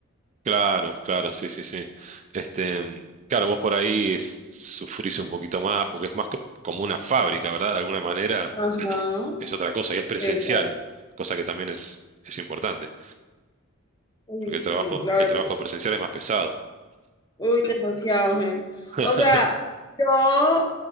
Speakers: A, on the right (about 35°); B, on the left (about 20°).
A: Claro, claro, sí, sí, sí. Este, claro, vos por ahí es- sufrís un poquito más porque es más co- como una fábrica, ¿verdad? De alguna manera
B: Ajá.
A: es otra cosa y es presencial,
B: Exacto.
A: cosa que también es, es importante,
B: Uy,
A: porque el
B: sí,
A: trabajo,
B: la verdad.
A: el trabajo presencial es más pesado.
B: Uy, demasiado, gente.
A: <laughs>
B: O sea, yo,